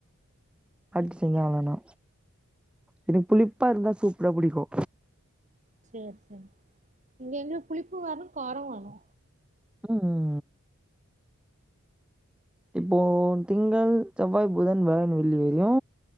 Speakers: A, in the centre; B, on the right (about 35°).
A: அப்டி செஞ்சாங்கனா எனக்கு புளிப்பா இருந்தா சூப்பரா புடிக்கு
B: சேரி சேரி இங்க எங்களுக்கு புளிப்பு வர்ணும் காரமு வேணு
A: ம் இப்போ திங்கள் செவ்வாய் புதன் வியாழன் வெள்ளி வரைலு